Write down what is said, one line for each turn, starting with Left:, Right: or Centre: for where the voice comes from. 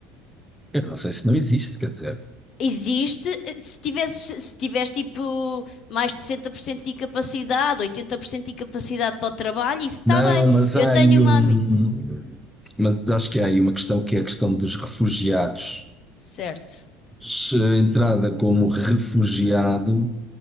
Centre: Eu não sei se não existe, quer dizer.
Left: Existe eh, se tivesse, se tiveres tipo mais de 60% de incapacidade, 80% de incapacidade para o trabalho, isso está
Centre: Não,
Left: bem.
Centre: mas
Left: Eu
Centre: há
Left: tenho
Centre: aí
Left: uma.
Centre: um.
Left: ami-
Centre: Mas acho que há aí uma questão que é a questão dos refugiados.
Left: Certo,
Centre: Se A entrada como refugiado,